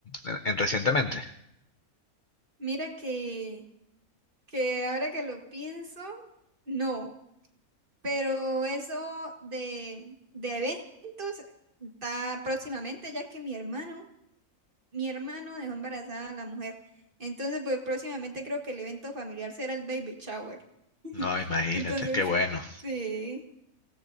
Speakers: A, on the left; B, on the right.
A: en- en recientemente?
B: Mira que, que ahora que lo pienso, no. Pero eso de, de eventos está próximamente, ya que mi hermano, mi hermano dejó embarazada a la mujer. Entonces, pues próximamente creo que el evento familiar será el baby shower.
A: No, imagínate,
B: <laughs> Entonces,
A: qué bueno.
B: sí.